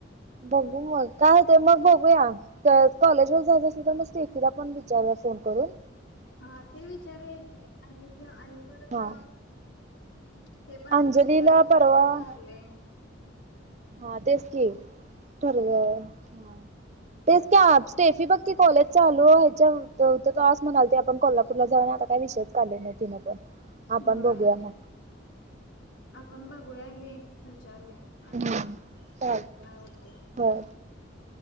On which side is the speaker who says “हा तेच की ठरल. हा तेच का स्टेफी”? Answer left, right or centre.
Right